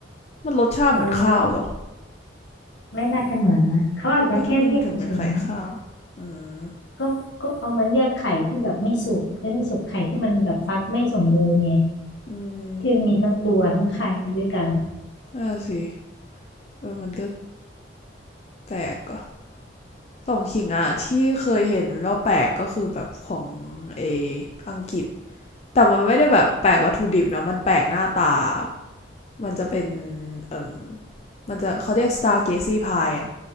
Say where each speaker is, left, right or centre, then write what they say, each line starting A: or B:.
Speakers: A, on the left; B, on the left.
A: มันรสชาติเหมือนข้าวเหรอ
B: เออไม่น่าจะเหมือนนะเขาอาจจะแค่เรียกเฉยๆมั้ง
A: ว่าทำไมมันถึงเป็นไข่ข้าวอืม
B: ก็ก็เอามาเรียกไข่ที่แบบไม่สุกเอ้ยไม่สุกไข่ที่มันแบบฟักไม่สมบูรณ์ไง
A: อืม
B: ที่มันมีทั้งตัวทั้งไข่ด้วยกันอะ
A: น่าสิเออมันก็แปลกอ่ะสองขิงอ่ะที่เคยเห็นแล้วแปลกก็คือแบบของเออังกฤษแต่มันไม่ได้แบบแปลกวัตถุดิบนะมันแปลกหน้าตามันจะเป็นเออมันจะเขาเรียก Star g a z y Pie อะ